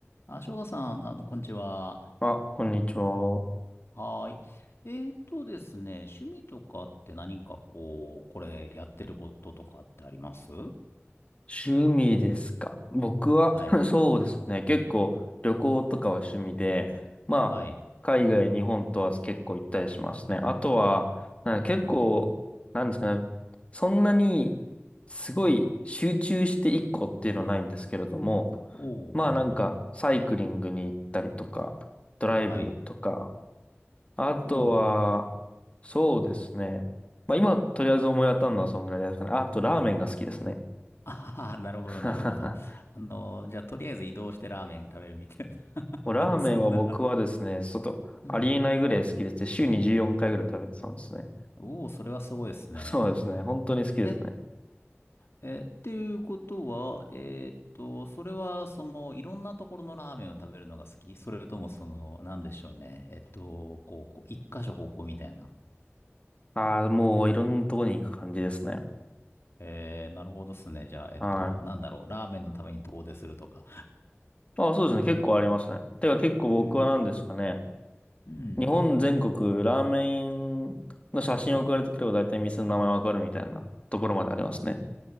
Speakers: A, on the left; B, on the left.
A: あ、翔太さん、あの、こんにちは。
B: あ、こんにちは。
A: はーい。えーっとですね、趣味とかって何かこう、これやってることとかってあります
B: 趣味ですか。僕は
A: はい。
B: <laughs> そうですね。結構旅行とかは趣味で、まあ、
A: はい。
B: 海外、日本問わず結構行ったりしますね。あとは、なんか結構、
A: おう、
B: なんですかね。そんなに、すごい集中して一個っていうのはないんですけれども、
A: おう、
B: まあなんか、
A: なるほど。
B: サイクリングに行ったりとか、ドライブとか、
A: はい。
B: あとは、
A: おう。
B: そうですね。まあ今、とりあえず思い当たるのはそんぐらいですかね。ああと、ラーメンが好きですね。
A: <laughs> あはは、なるほど、
B: <laughs>
A: なるほど。あの、じゃあ、とりあえず移動してラーメン食べるみたい
B: もうラーメンは僕はですね、
A: な。<laughs> そんな話。
B: ちょっとありえないぐらい好きでして、
A: うん。
B: 週に14回ぐらい食べてたんですね。
A: おお、それはすごいですね。
B: そうですね。本当に好きですね。
A: え、えー、っていうことは、えーっと、それは、その、いろんなところのラーメンを食べるのが好きそれとも、その、なんでしょうね。えーっと、こう、こう、一箇所ここみたいな。
B: ああ、もういろんなとこに行く感じですね。
A: えー、なるほどっすね。じゃあ、えーっと、
B: はい。
A: なんだろう。ラーメンのために遠出するとか。
B: ああ、そうですね。結構ありますね。てか結構僕は何ですかね。
A: えーうん。
B: 日本全国ラーメンの写真送られてくれば大体店の名前わかるみたいなところまでありますね。